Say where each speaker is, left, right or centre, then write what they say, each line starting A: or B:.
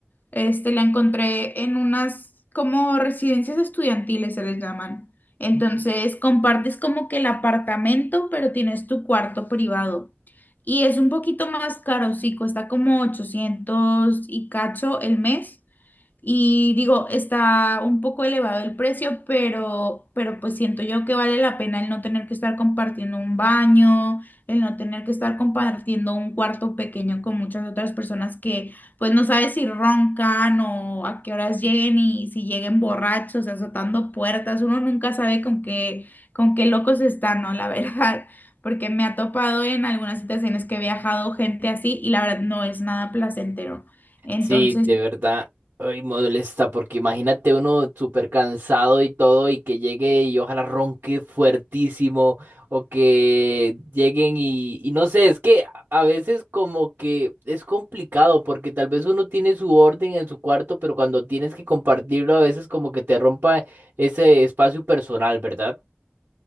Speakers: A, on the left; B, on the right.
A: Este, la encontré en unas como residencias estudiantiles se les llaman. Entonces compartes como que el apartamento, pero tienes tu cuarto privado. Y es un poquito más caro, sí, cuesta como 800 y cacho el mes, y digo, está un poco elevado el precio, pero, pero pues siento yo que vale la pena el no tener que estar compartiendo un baño, el no tener que estar compartiendo un cuarto pequeño con muchas otras personas que pues no sabes si roncan o a qué horas lleguen y si lleguen borrachos, azotando puertas, uno nunca sabe con qué, con qué locos están, ¿no? La verdad, <laughs> porque me ha topado en algunas situaciones que he viajado gente así y la verdad no es nada placentero. Entonces...
B: Sí, de verdad, ay, molesta, porque imagínate uno súper cansado y todo, y que llegue y ojalá ronque fuertísimo, o que lleguen y, y no sé, es que a a veces como que es complicado, porque tal vez uno tiene su orden en su cuarto, pero cuando tienes que compartirlo, a veces como que te rompa ese espacio personal, ¿verdad?